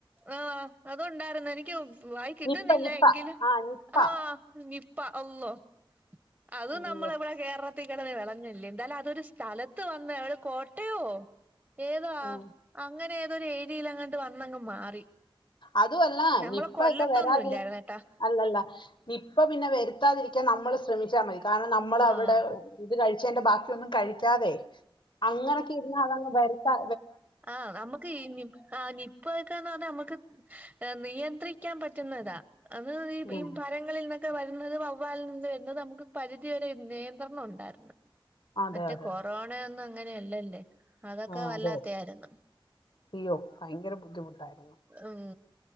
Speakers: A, on the right; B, on the left.
A: ആ അതുണ്ടാ ന്നെനിക്കും വായി കിട്ടുന്നില്ല
B: നിപ്പ നിപ്പ
A: എങ്കിലും
B: ആഹ് നിപ്പ
A: ആ ഗി പ്പ അള്ളോ അതും നമ്മള
B: അയ്യോ
A: ഇവിടെ കേരളത്തി കെടന്ന്‌ വെളഞ്ഞല്ലെ എന്നാലതൊരു സ്ഥലത്ത് വന്ന് അവിടെ കോട്ടയോ ഏതാ
B: ഉം
A: അങ്ങനെ ഏ ത് ഒര് ഏരിയയിലങ്ങട്ട് വന്നങ്ങ് മാറി
B: അതും അല്ല
A: ഞമ്മളെ
B: നിപ്പയൊക്കെ
A: കൊല്ലത്തൊന്നും
B: വരാതിരിക്ക
A: ഇല്ലായിരുന്നേട്ടാ
B: അല്ലല്ല നിപ്പ പിന്നെ വരുത്താതിരിക്ക നമ്മള് ശ്രമിച്ചാ മരി കാരണം നമ്മൾ അവിടെ
A: ആഹ്
B: ഇത് കഴി ന്റെ ബാക്കിയൊന്നും കഴിക്കാതെ അങ്ങനൊക്കെ ഇരുന്ന് അതങ്ങ് വരുതാ
A: ആ നമ്മുക്ക് ഈ ആ് നിപ്പ വക്കാന്ന് പറഞ്ഞാ നമ്മുക്ക് നിയന്ത്രിക്കാൻ പറ്റുന്നതാ അത് ഈ ഈ
B: ഉം
A: പരങ്ങളിൽന്നൊക്കെ വരുന്നത് വവ്വാലിൽ നിന്നന്ന് വരുന്നത് നമുക്ക് പരിധി ഒരു നിയന്ത്രണം ഉണ്ടായിരുന്നു
B: അതെ
A: മറ്റേ
B: അതെ
A: കൊറോണയെന്ന അങ്ങനെയ അല്ലല്ലേ അതൊക്കെ
B: ആഹ്
A: വല്ലാത്തെയായിരുന്നു
B: അതെ അയ്യോ ഭയങ്കര ബുദ്ധിമുട്ടായിരുന്നു
A: ഉം